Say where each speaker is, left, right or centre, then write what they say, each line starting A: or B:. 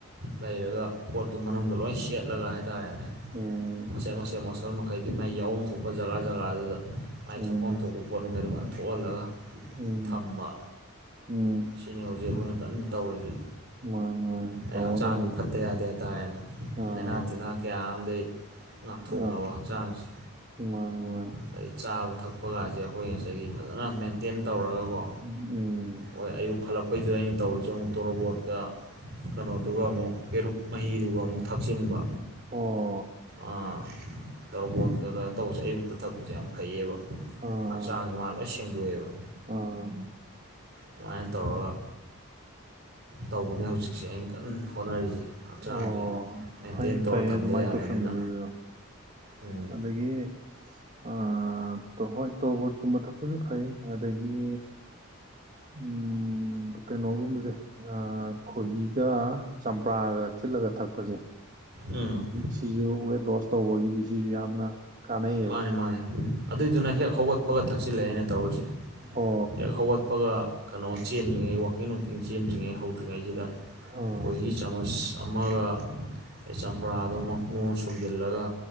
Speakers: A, on the right (about 50°); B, on the right (about 35°).
A: ꯂꯩꯔꯒ ꯄꯣꯠꯇꯨ ꯃꯅꯨꯡꯗ ꯂꯣꯏ ꯁꯦꯠꯂꯒ ꯍꯥꯏꯇꯥꯔꯦꯅꯦ
B: ꯎꯝ
A: ꯃꯆꯦꯠ ꯃꯆꯦꯠ ꯃꯁꯜ ꯃꯈꯩꯒꯤ ꯃꯥꯏ ꯌꯥꯎꯐꯝ ꯊꯣꯛꯄ ꯖꯒꯥ ꯖꯒꯥꯗꯨꯗ ꯃꯥꯏ
B: ꯎꯝ
A: ꯊꯣꯛ ꯐꯐ <unintelligible> ꯝ ꯊꯣꯛꯄ ꯄꯣꯠ ꯃꯈꯩꯗꯨꯃꯣꯏꯅ ꯊꯣꯛꯍꯜꯂꯒ
B: ꯎꯝ
A: ꯊꯝꯕ
B: ꯎꯝ
A: ꯁꯤꯅꯤ ꯍꯧꯖꯤꯛ ꯑꯩꯈꯣꯏꯅ ꯀꯟꯅ ꯇꯧꯔꯤꯁꯦ
B: ꯃꯥꯅꯤ ꯃꯥꯅꯤ
A: ꯑꯩ
B: ꯇꯧꯒꯗꯕꯅꯤ
A: ꯍꯛꯆꯥꯡꯖꯤ ꯐꯠꯇ ꯌꯥꯗꯦ ꯍꯥꯏꯇꯥꯔꯦꯅꯥ
B: ꯑꯥ
A: ꯂꯩꯅꯥ ꯇꯤꯟꯅꯥ ꯀꯌꯥꯝꯃꯗꯩ ꯉꯥꯛꯊꯣꯛꯅꯕ
B: ꯑꯥ
A: ꯍꯛꯆꯥꯡꯁꯤ
B: ꯃꯥꯅꯦ ꯃꯥꯅꯦ
A: ꯑꯩ ꯆꯥꯕ ꯊꯛ ꯊꯛꯄ ꯀꯥꯁꯦ ꯑꯩꯈꯣꯏ ꯉꯁꯥꯏꯒꯤ ꯐꯖꯅ ꯃꯦꯟꯇꯦꯟ ꯇꯧꯔꯒꯀꯣ
B: ꯎꯝ
A: ꯍꯣꯏ ꯑꯌꯨꯛ ꯍꯜꯂꯛꯄꯩꯗꯨꯗ ꯑꯩꯅ ꯇꯧꯔꯤꯁꯦ ꯑꯃꯨꯛꯇꯣꯔꯣꯕꯣꯠꯀ ꯀꯩꯅꯣꯗꯨꯒ ꯑꯃꯨꯛ ꯄꯦꯔꯨꯛ ꯃꯍꯤꯗꯨꯒ ꯑꯃꯨꯛ ꯊꯥꯛꯆꯤꯟꯕ
B: ꯑꯣ
A: ꯑꯥ ꯇꯔꯕꯣꯠ ꯑꯗꯥꯏꯅ ꯇꯧꯕꯁꯦ ꯑꯌꯨꯛꯇ ꯊꯛꯄꯁꯦ ꯌꯥꯝ ꯐꯩꯌꯦꯕ
B: ꯑꯥ
A: ꯍꯛꯆꯥꯡꯁ ꯃꯥ ꯂꯣꯏ ꯁꯦꯡꯗꯣꯛꯑꯦꯕ
B: ꯑꯥ
A: ꯑꯗꯨꯃꯥꯏꯅ ꯇꯧꯔꯒ ꯇꯧꯕꯅꯦ ꯍꯧꯖꯤꯛꯁꯦ ꯑꯩꯅ ꯀꯟꯅ ꯍꯣꯠꯅꯔꯤꯁꯦ ꯍꯛꯆꯥꯡꯁꯦ
B: ꯑꯣ
A: ꯃꯦꯟꯇꯦꯟ
B: ꯐꯩꯌꯦ
A: ꯇꯧꯔ
B: ꯐꯩꯌꯦ
A: ꯊꯝꯗ
B: ꯑꯗꯨꯃꯥꯏꯅ
A: ꯌꯥꯗꯕꯅꯤꯅ
B: ꯇꯧꯁꯟꯕꯗꯨꯁꯨ
A: ꯎꯝ
B: ꯑꯗꯒꯤ ꯑꯥ ꯑꯥ ꯍꯣꯏ ꯇꯣꯔꯕꯣꯠꯀꯨꯝꯕ ꯊꯛꯄꯁꯨ ꯐꯩ ꯑꯗꯒꯤ ꯎꯝ ꯀꯩꯅꯣꯒꯨꯝꯕꯁꯦ ꯑꯥ ꯈꯣꯏꯍꯤꯒ ꯆꯝꯄ꯭ꯔꯥꯒ ꯊꯤꯠꯂꯒ ꯊꯛꯄꯁꯤ
A: ꯎꯝ
B: ꯁꯤꯁꯨ ꯋꯦꯠ ꯂꯣꯁ ꯇꯧꯕꯒꯤꯗꯤ ꯁꯤꯁꯨ ꯌꯥꯝꯅ ꯀꯥꯟꯅꯩꯌꯦꯕ
A: ꯃꯥꯅꯤ ꯃꯥꯅꯤ ꯑꯗꯨꯏꯗꯨꯅ ꯍꯦꯛ ꯍꯧꯒꯠꯄꯒ ꯊꯛꯆꯤꯜꯂ‌ꯦ ꯑꯩꯅ ꯇꯧꯔꯤꯁꯦ
B: ꯑꯣ
A: ꯍꯦꯛ ꯍꯧꯒꯠꯄꯒ ꯀꯩꯅꯣ ꯆꯦꯟꯗ꯭ꯔꯤꯉꯩ ꯋꯥꯀꯤꯡ ꯅꯨꯡꯀꯤꯡ ꯆꯦꯟꯗ꯭ꯔꯤꯉꯩ ꯍꯧꯗ꯭ꯔꯤꯉꯩꯁꯤꯗ
B: ꯑꯥ
A: ꯑꫭꯏꯍꯤ ꯆꯥꯃꯁ ꯑꯃꯒ ꯑꯗꯩ ꯆꯝꯄ꯭ꯔꯥꯗꯣ ꯃꯄꯨꯝ ꯑꯃꯥ ꯁꯨꯝꯖꯤꯜꯂꯒ